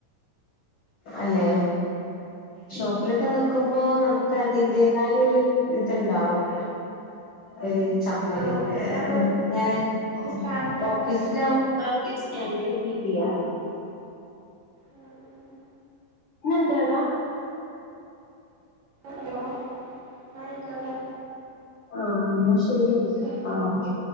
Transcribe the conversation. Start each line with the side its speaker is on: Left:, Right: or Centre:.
Left: അല്ലെ ഷോപ്പിലൊക്കെ നിക്കുമ്പോ നമുക്ക് അതിന്റേതായ ഒരു ഇതുണ്ടാവും ഒരു ചമ്മല്
Right: ഓഫീസിലാകുമ്പോ ഒരു
Left: ങ്ങനെ ഓ
Right: സ്റ്റാൻഡേർഡ്
Left: ഓഫീസിലാകുമ്പോ
Right: ആണല്ലോ
Left: ആ ഒരു സ്റ്റാൻഡേർഡ് കീപ്പ് ചെയ്യാലോ
Right: ഉം
Left: ന്ന്എന്തടാ
Right: ഹലോ ആയിക്കോട്ടെ
Left: ആഹ എന്നാ ശരിയന്ന
Right: ശരി
Left: ആ ഓക്കേ